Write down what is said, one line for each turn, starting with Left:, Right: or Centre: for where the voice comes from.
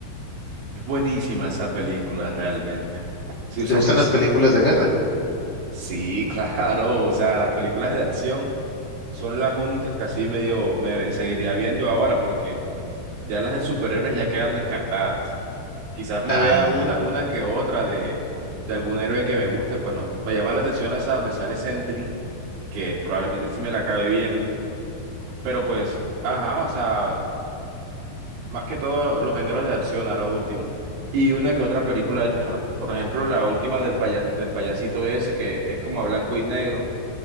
Right: Es buenísima esa película, realmente. Sí, o sea,
Left: ¿Te gustan
Right: sí, es-
Left: las películas de guerra?
Right: sí, <laughs> claro. O sea, las películas de acción son las únicas que así medio me seguiría viendo ahora porque ya las de superhéroes ya quedan descartadas. Quizás me
Left: Ah,
Right: vea una, una que otra de, de algún héroe que me guste, pues no. Me llama la atención esa donde sale Sentry, que probablemente sí me la acabe viendo. Pero pues, ajá, o sea, más que todo los géneros de acción, ahora último. Y una que otra película de terror. Por ejemplo, la última del, paya- del payasito ese, que es como a blanco y negro.